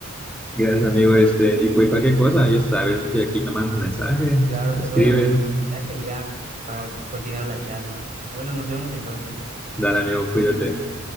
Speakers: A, in the centre; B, on the right.
A: Gracias, amigo, este, y pues cualquier cosa, ya sabes, estoy aquí, me mandas un mensaje,
B: Claro,
A: me
B: te
A: escribes,
B: puedo mandar un mensaje y ya para continuar la charla. Bueno, nos vemos entonces.
A: dale, amigo, cuídate.